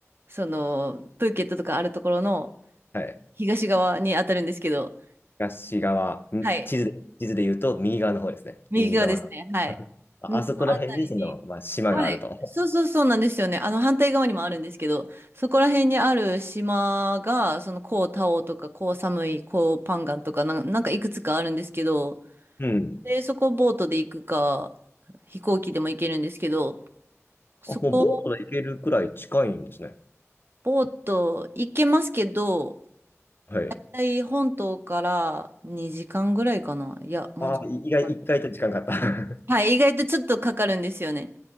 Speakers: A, on the right (about 45°); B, on the left (about 45°).
A: その、プーケットとかあるところの
B: はい。
A: 東側に当たるんですけど、
B: 東側、ん地図で、
A: はい。
B: 地図で言うと右側の方ですね。
A: 右側ですね。
B: 右側の。
A: はい。
B: <laughs> ああそこら辺にその、
A: んのあたりに、
B: まあ、島があると。
A: はい。そうそうそうなんですよね。あの、反対側にもあるんですけど、そこら辺にある島が、その、コータオとか、コーサムイ、コーパンガンとか、なんなんかいくつかあるんですけど、
B: うん。
A: で、そこボートで行くか、飛行機でも行けるんですけど、そこ
B: あ、もうボートで行けるくらい近いんですね。
A: ボート行けますけど、
B: はい。
A: 大体本島から2時間ぐらいかな。いや、もうちょっと。
B: ああ、い意外、意外と時間かかった。
A: はい、意外とちょっとかかるんですよね。